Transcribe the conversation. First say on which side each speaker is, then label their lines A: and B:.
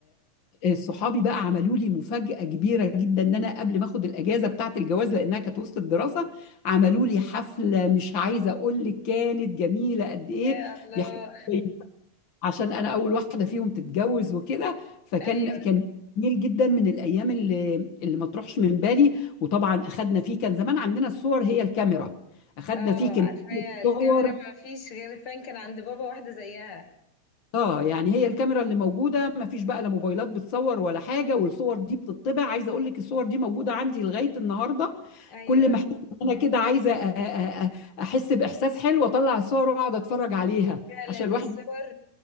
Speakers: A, on the left (about 80°); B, on the left (about 40°).
A: صحابي بقى عملوا لي مفاجاه كبيره جدا ان انا قبل ما اخد الاجازه بتاعه الجواز لانها كانت وسط الدراسه عملوا لي حفله مش عايزه اقول لك كانت جميله قد ايه
B: يا الله
A: بيحتفلوا بيا عشان انا اول واحده فيهم تتجوز وكده فكان
B: ايوه
A: كان جميل جدا من الايام اللي اللي ما تروحش من بالي وطبعا اخدنا فيه كان زمان عندنا الصور هي الكاميرا اخدنا
B: اه
A: فيه كميه
B: عارفاها الكاميرا
A: صور
B: ما فيش غير فان كان عند بابا واحدة زيها
A: اه يعني هي الكاميرا اللي موجوده ما فيش بقى لا موبايلات بتصور ولا حاجه والصور دي بتطبع عايزه اقول لك الصور دي موجوده عندي لغايه النهارده
B: ايوه
A: كل ما احس إن انا كده عايزه أ- أ- أ- احس باحساس حلو اطلع الصور واقعد اتفرج عليها
B: فعلا
A: عشان
B: الصور
A: الواحد